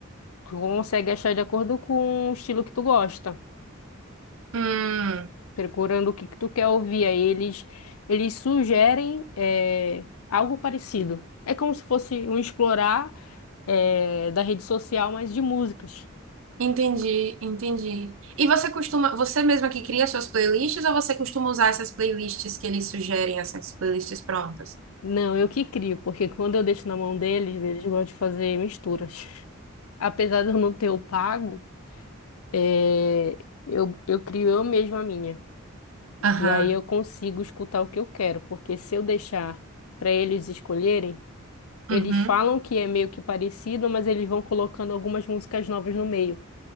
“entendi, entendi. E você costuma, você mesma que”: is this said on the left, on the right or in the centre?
Right